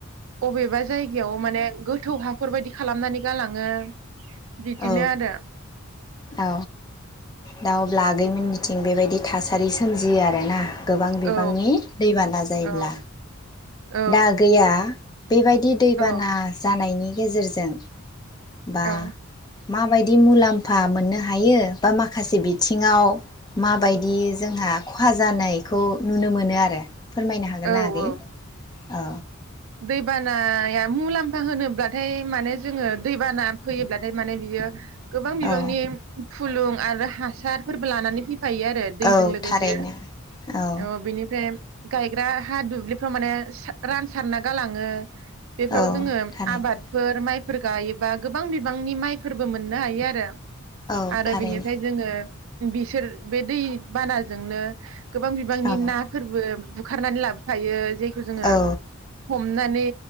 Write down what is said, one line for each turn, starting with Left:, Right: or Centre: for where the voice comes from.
Right: अबेबा जायगायाव माने गोथौ हाखरबायदि खालामनानै जालाङो बिदिनो
Left: औ
Right: आरो
Left: औ दा अब्ला आगैमोननिथिं बेबायदि थासारि सोमजियो आरोना गोबां बिबांनि
Right: औ
Left: दैबाना जायोब्ला
Right: औ औ
Left: दा गैया बेबायदि दैबाना
Right: औ
Left: जानायनि। गेजेरजों बा
Right: औ
Left: मा बाय मुलाम्फा। फा मोननो हायो बा माखासे बिथिङाव माबायदि जोंहा खहा जानायखौ नुनो मोनो आरो आरो फोरमायनो हागोन
Right: औ
Left: ना आगै
Right: औ
Left: औ
Right: दैबानाया मुलाम्फा होनोब्लाथाय माने जोङो दैबाना फैयोब्लाथाय माने बियो गोबां बिबांनि
Left: औ
Right: फुलुं आरो हासारफोरबो लानानै फै खायो आरो दैजों
Left: औ
Right: लोगोसे
Left: थारैनो औ
Right: अ बेनिफ्राय गायग्रा हा दुब्लिफ्राव माने रानसारना गालाङो बेफ्राव
Left: औ
Right: जोङो
Left: थारैनो
Right: आबादफोर माइ फोर गायोबा गोबां बिबांनि माइफोरबो मोननो हायो आरो
Left: औ
Right: आरो
Left: थारैनो
Right: बिनिफ्राय जोङो बिसोर बे दै बानाजोंनो गोबां बिबांनि
Left: औ
Right: नाफोरबो बुखारनानै लाब थायो जायखौ जोङो
Left: औ
Right: हमनानै